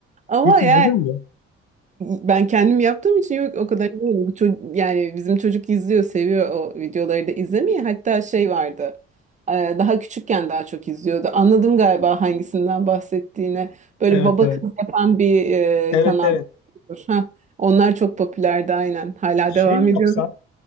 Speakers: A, on the right (about 25°); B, on the left (about 65°).
A: Ama
B: hiç izledin
A: yani
B: mi?
A: Ben kendim yaptığım için yok o kadar izlemedim. Bu çocuk, yani bizim çocuk izliyor, seviyor o videoları da izlemeyi. Hatta şey vardı. e, Daha küçükken daha çok izliyordu. Anladım galiba hangisinden bahsettiğini. Böyle
B: Evet
A: baba
B: evet
A: kız yapan bir e,
B: evet
A: kanal.
B: evet
A: Heh, onlar çok popülerdi aynen. Hala
B: şey
A: devam
B: mi
A: ediyor.
B: yapsan